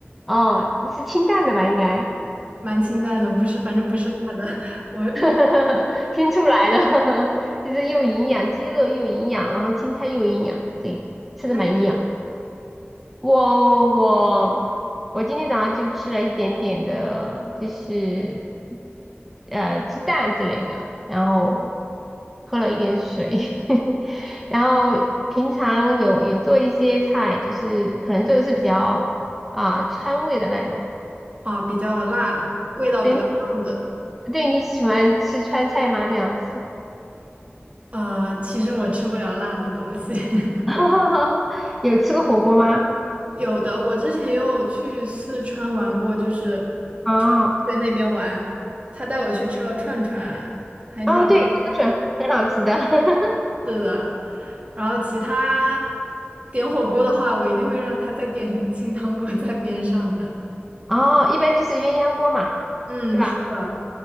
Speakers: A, in the centre; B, on the right (about 30°).
A: 哦，是清淡的吧，应该。
B: 蛮清淡的，不是，反正不是辣的。<laughs> 我
A: <laughs> 听出来了，<laughs> 就是又营养，鸡肉又营养，然后青菜又营养，对，吃的蛮营养。
B: 那
A: 我我我今天早上就吃了一点点的，就是呃鸡蛋之类的，然后喝了一点水，<laughs> 然后平常有有做一些菜，就是可能做的是比较啊川味的那种。
B: 啊，比较辣的，味道比较重的。
A: 对对，你喜欢吃川菜吗？这样子。
B: 呃，其实我吃不了辣的东西。<laughs>
A: <laughs> 哈哈哈，有吃过火锅吗？
B: 有的，我之前也有去四川玩过，就是
A: 哦
B: 去去那边玩，他带我去吃了串串，还挺好
A: 哦，对，香肠很好吃的。<laughs>
B: 吃的。然后其他点火锅的话，我一定会让他再点一个清汤锅在边上的。
A: 哦，一般就是鸳鸯锅嘛，
B: 嗯，
A: 是吧？
B: 是的，